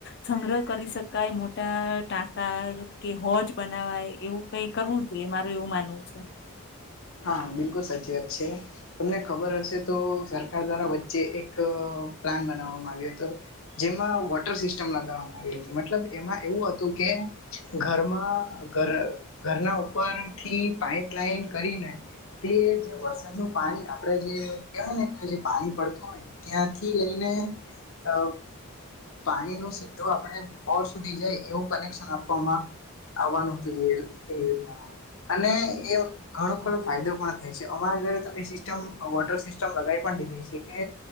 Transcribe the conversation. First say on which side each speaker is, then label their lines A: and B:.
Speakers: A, on the left; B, on the left.
A: સંગ્રહ કરી શકાય મોટા ટાંકા કે હોજ બનાવાય એવું કઈ કરવું જોઈએ મારું એવું માનવું છે.
B: હા બિલકુલ સાચી વાત છે. તમને ખબર હશે તો સરકાર દ્વારા વચ્ચે એક પ્લાન બનાવવામાં આવ્યો હતો. જેમાં વોટર સિસ્ટમ લગાવવામાં આવી હતી મતલબ એમાં એવું હતું કે ઘરમાં ઘર ઘરના ઉપર થી પાઈપ લઈન કરીને તે જે વરસાદ નું પાણી આપડે જે કહેવાય ને કે જે પાણી પડતું હોય. ત્યાંથી લઈને અ પાણી ન સીધો આપણે બોર સુધી જાય એવું કનેક્શન આપવામાં આવવાનું હતું યોજનામાં અને એ ઘણો ખો ફાયદો થાય છે અમારે ઘરે તો એ સિસ્ટમ વોટર સિસ્ટમ લગાવી પણ દીધી છે કે